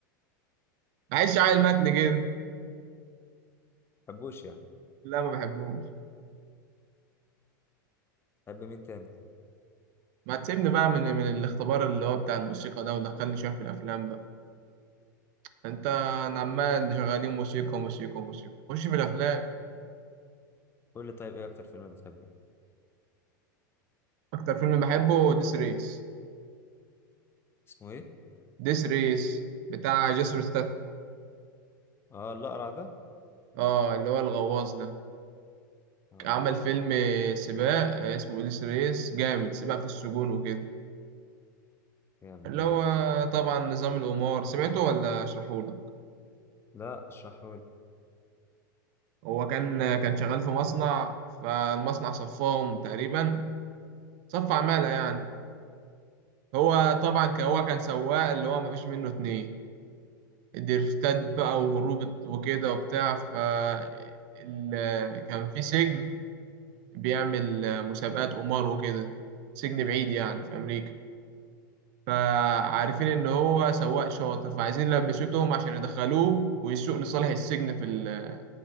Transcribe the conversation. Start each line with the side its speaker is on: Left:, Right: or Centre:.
Right: معلش عيل متن كده
Left: بحبوش يعني
Right: لا ما بحبوش
Left: بحب مين تاني؟
Right: ما تسيبني بقى من من الاختبار اللي هو بتاع الموسيقى ده ودخلني شويه في الافلام بقى انت أنا عمال شغالين موسيقى موسيقى موسيقى خش في الافلام
Left: قول لي طيب ايه اكتر فيلم بتحبه؟
Right: اكتر فيلم بحبه ديس ريس
Left: اسمه ايه؟
Right: ديس ريس بتاع جيسون ستاثام
Left: اه الأقرع ده؟
Right: اه اللي هو الغواص ده
Left: اه
Right: عمل فيلم سباق آه، اسمه اوديس ريس جامد سباق في السجون وكده
Left: جامد
Right: اللي
Left: اوي
Right: هو
Left: ده
Right: طبعا نظام القمار سمعته ولا اشرحهولك
Left: لا اشرحه لي
Right: هو كان كان شغال في مصنع فالمصنع صفاهم تقريبا صف عمالة يعني هو طبعا ك- هو كان سواق اللي هو مفيش منه اتنين الدرفتات بقى وهروب وكده وبتاع ف ال- كان في سجن بيعمل مسابقات قمار وكده سجن بعيد يعني في أمريكا فعارفين ان هو سواق شاطر فعايزين يلبسوه تهم عشان يدخلوه ويسوق لصالح السجن في ال-